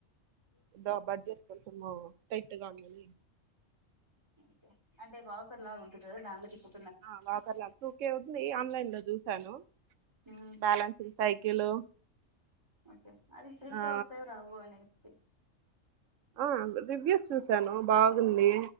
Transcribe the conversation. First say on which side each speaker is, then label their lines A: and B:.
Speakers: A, on the right; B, on the right.
A: ద బడ్జెట్ కొంచము టైట్‌గా ఉందని
B: ఓకే అంటే వాకర్లాగా ఉంటది కదా దానిలో తిప్పు
A: ఆ వాకర్లా టూకే ఉంది ఆన్లైన్లో చూశాను
B: ఉమ్
A: బ్యాలెన్స్డ్ సైకిలు
B: ఓకే అది సరిగ్గా
A: ఆ
B: వస్తాయో రావో అనేసి
A: ఆ రివ్యూస్ చు శాను బాగుంది